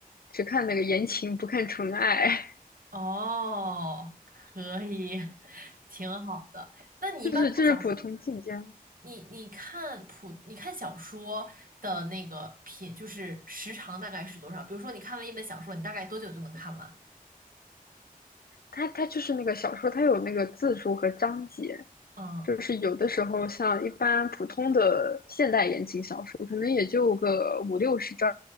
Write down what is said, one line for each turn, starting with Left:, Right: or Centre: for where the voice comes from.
Left: 只看那个言情，不看纯爱，
Right: 哦，可以，<laughs> 挺好的。那你一般看小说，
Left: <laughs> 就是就是普通晋江。
Right: 你你看普，你看小说的那个品，就是时长大概是多少？比如说你看完一本小说，你大概多久就能看完？
Left: 它它就是那个小说，它有那个字数和章节。
Right: 嗯，
Left: 就是有的时候，像一般普通的现代言情小说，可能也就个五六十章，